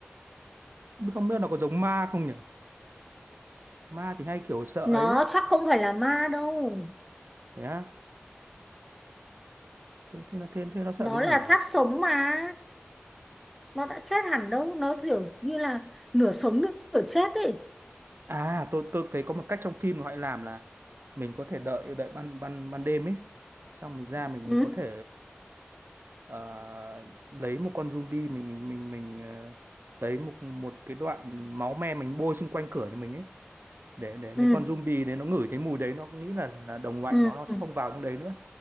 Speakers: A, on the right; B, in the centre.
A: không biết nó có giống ma không nhỉ ma thì hay kiểu sợ
B: nó
A: ấy đấy
B: chắc không phải là ma đâu
A: thế á thế thế nó thế, thế nó sợ
B: nó
A: cái gì
B: là
A: nhỉ
B: xác sống mà nó đã chết hẳn đâu nó kiểu như là nửa sống nửa chết ấy
A: à tôi tôi thấy có một cách trong phim mà họ làm là mình có thể đợi đợi ban ban ban đêm ấy xong mình ra mình
B: ừ
A: mình có thể ờ, lấy một con zombie mình mình mình mình ờ, lấy một một cái đoạn máu me mình bôi xung quanh cửa nhà mình ấy để để
B: ừ
A: mấy con zombie đấy nó ngửi thấy mùi đấy nó nghĩ là, là đồng loại
B: ừ
A: nó nó sẽ
B: ừ
A: không vào trong đấy nữa